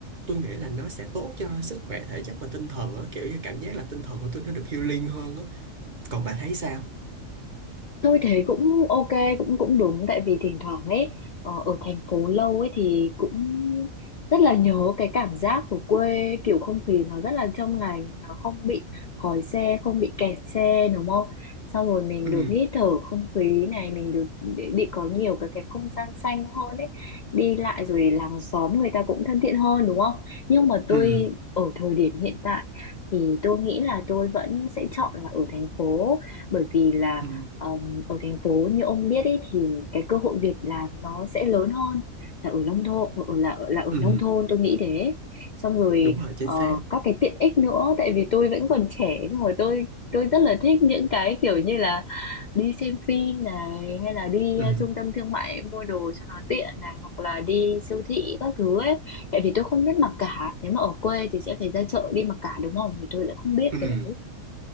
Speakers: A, on the right; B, on the left.
A: tôi nghĩ là nó sẽ tốt cho sức khỏe thể chất và tinh thần á kiểu như cảm giác là tinh thần của tôi nó được healing hơn á còn bà thấy sao
B: Tôi thấy cũng ok cũng cũng đúng tại vì thỉnh thoảng ấy ờ, ở thành phố lâu ấy thì cũng rất là nhớ cái cảm giác của quê kiểu không khí nó rất là trong lành nó không bị khói xe không bị kẹt xe đúng không xong rồi mình
A: ừ
B: được hít thở không khí này mình được đi, đi có nhiều cái cái không gian xanh hơn ấy đi lại rồi làng xóm người ta cũng thân thiện hơn đúng không nhưng mà tôi
A: ừ
B: ở thời điểm hiện tại thì tôi nghĩ là tôi vẫn sẽ chọn là ở thành phố bởi vì là
A: ừ
B: ở thành phố như ông biết ấy thì cái cơ hội việc làm nó sẽ lớn hơn là ở nông thôn ở là là ở
A: ừ
B: nông thôn tôi nghĩ thế xong rồi
A: đúng rồi chính
B: ờ,
A: xác
B: các cái tiện ích nữa tại vì tôi vẫn còn trẻ xong rồi tôi tôi rất là thích những cái kiểu như là đi xem phim này hay là đi
A: ừ
B: ờ, trung tâm thương mại mua đồ cho nó tiện này hoặc là đi siêu thị các thứ ấy tại vì tôi không biết mặc cả nếu mà ở quê thì sẽ phải ra chợ đi mặc cả đúng không thì tôi lại không biết
A: ừ
B: cái đấy